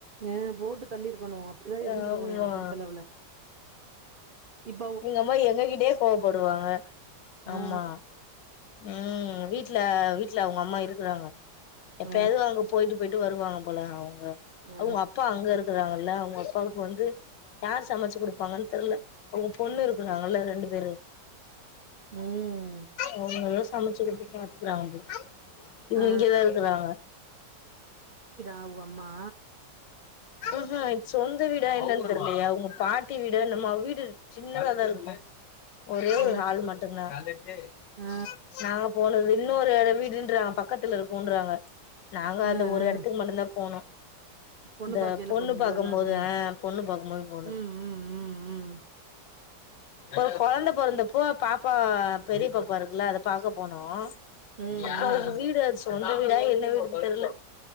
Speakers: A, on the right; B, on the left.
A: அ போட்டு தள்ளிருக்கணு அப்படிதா இருந்திருக்கணு
B: ஆமா
A: என்ன பொறுத்தளவுல இப்
B: நீங்க அம்மா எங்ககிட்டயே கோவப்படுவாங்க
A: ஆ
B: ஆமா ம் வீட்ல வீட்ல அவங்க அம்மா இருக்குறாங்க
A: ஆ
B: எப்ப எது அங்க போயிட்டு போயிட்டு வருவாங்க போலஅவ்ங்
A: ஆ
B: அவங்க அப்பா அங்க இருக்கறாங்கல்ல அவங்க அப்பாக்கு வந்து யார் சமைச்சு குடு ப்பாங்கன்னு தெர்ல அவங்க பொண்ணு இருக்குறாங்கல்ல ரெண்டு பேரு
A: ம்
B: அவங்களல்லே சமைச்சுக்கிட்டு பாத்துக்கறாங்கபோல இவுங்க
A: ஆ
B: இங்கதா இருக்கறாங்க
A: ஆகுவம்மா
B: உஹு இந் சொந்த வீடா என்னன்னு தெரியலையா அவுங்க பாட்டி வீடோ என்னமோ அவு வீடு சின்னதாத இருக்கு ஒரே
A: ஆ
B: ஒரு ஹால் மட்டு தா
A: ஆ
B: நாங்க போனது இன்னொரு வீடுன்றாங்க பக்கத்துல இருக்கும்ன்றாங்க நாங்க
A: ஆ
B: அந்த ஒரு
A: ஆ
B: எடத்துக்கு மட்டும்தா போனோ
A: பொண்ணு
B: இந்த
A: பாக்கையில
B: பொண்ணு
A: போனீங்களோ
B: பாக்கும்போது
A: எல்லாருமே
B: ஆ பொண்ணு பாக்கும்போது போனோ
A: ம் ம் ம் ம்
B: ஒரு கொழந்தை போறந்தப்போ பாப்பா பெரிய பாப்பா இருக்குல்ல அத பாக்க போனோ
A: ம்
B: அப்ப அதுக்கு வீடுஎச்சொன் ந்தா என்ன வீடு தெரில